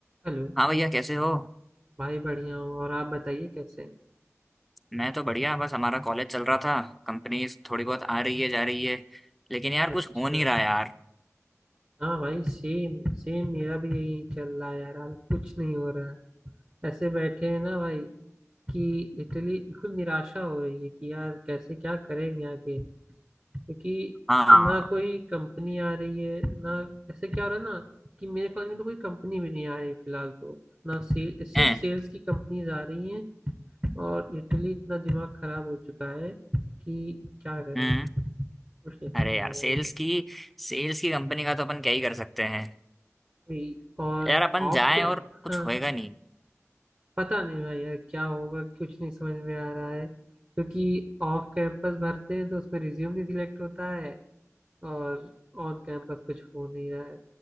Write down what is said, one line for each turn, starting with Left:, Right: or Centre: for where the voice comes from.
Right: हेलो
Centre: हाँ भैया कैसे हो
Right: भाई बढ़िया हूँ और आप बताइए कैसे हैं?
Centre: मैं तो बढ़िया बस हमारा कॉलेज चल रहा था कंपनीज थोड़ी बहुत आ रही है जा रही है लेकिन यार
Right: अच्छा
Centre: कुछ हो नहीं रहा यार
Right: हाँ भाई सेम सेम मेरा भी यही चल रहा है यार हाल कुछ नहीं हो रहा है ऐसे बैठे हैं ना भाई कि इटली बिल्कुल निराशा हो रही है कि यार कैसे क्या करेंगे आगे क्योंकि
Centre: हाँ
Right: ना कोई कंपनी आ रही है ना ऐसे क्या हो रहा है ना कि मेरे कॉलेज में तो कोई कंपनी भी नहीं आ रही फिलहाल तो ना सेल सिर्फ
Centre: ए,
Right: सेल्स की कंपनीज आ रही हैं और इटली इतना दिमाग खराब हो चुका है कि क्या करें
Centre: हम्म
Right: कुछ नहीं समझ
Centre: अरे
Right: में
Centre: यार
Right: आ
Centre: सेल्स
Right: रहा है।
Centre: की सेल्स की कंपनी का तो अपन क्या ही कर सकते हैं
Right: वही और
Centre: यार अपन
Right: ऑफ
Centre: जाएं
Right: के
Centre: और कुछ
Right: हाँ
Centre: होएगा नहीं
Right: पता नहीं भाई यार क्या होगा कुछ नहीं समझ में आ रहा है क्योंकि ऑफ कैंपस भरते हैं तो उसमें रिज्यूम नहीं सिलेक्ट होता है और ऑन कैंपस कुछ हो नहीं रहा है